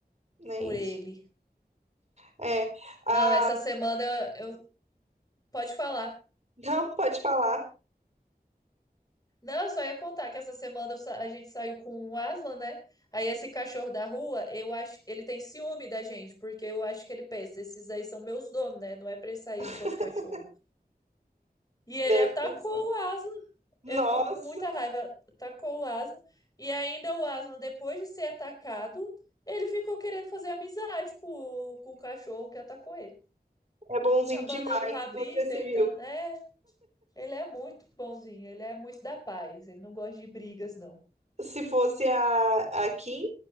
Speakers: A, on the right; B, on the left.
A: Nem
B: por ele.
A: isso. É, ah,
B: Não, essa semana eu, eu- pode falar.
A: <laughs> não, pode falar.
B: Não, eu só ia contar que essa semana eu sa- a gente saiu com o Aslan, né? Aí esse cachorro da rua, eu acho, ele tem ciúme da gente, porque eu acho que ele pensa, esses aí são meus donos, né? Não é pra eles saírem
A: <laughs>
B: enquanto cachorro. E ele
A: Deve
B: atacou
A: pensar.
B: o Aslan.
A: Nossa,
B: Ele ficou com muita raiva, atacou o Aslan. E ainda o Aslan, depois de ser atacado, ele ficou querendo fazer amizade com, o- com o cachorro que atacou ele.
A: é bonzinho
B: Abanando
A: demais.
B: o rabinho,
A: Onde já se
B: deitando.
A: viu?
B: É, ele é muito bonzinho, ele é muito da paz, ele não gosta de brigas, não.
A: Se fosse a, a Kim,